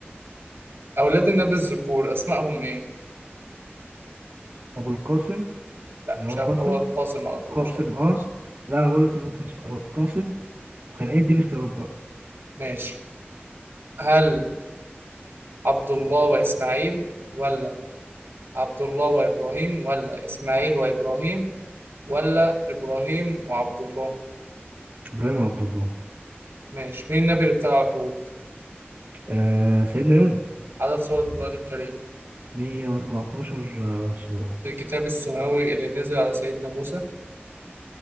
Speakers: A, on the right; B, on the right.
A: أولاد النبي الذكور أسمائهم إيه
B: أبو القاسم
A: لا
B: اللي
A: مش
B: هو قاسم
A: أبو... هو القاسم على طول
B: قاسم
A: مش أبو القاسم
B: أه لا أنا بقول لك إنه كان اسمه أبو القاسم وكان إيه إديني اختيارات بقى
A: ماشي هل عبد الله وإسماعيل ولا عبد الله وإبراهيم ولا إسماعيل وإبراهيم ولا إبراهيم وعبد الله
B: إبراهيم عبد الله
A: ماشي مين النبي اللي ابتلع الحوت
B: آه سيدنا يونس
A: عدد سور القرآن الكريم
B: 114 آه، سورة
A: الكتاب السماوي اللي نزل على سيدنا موسى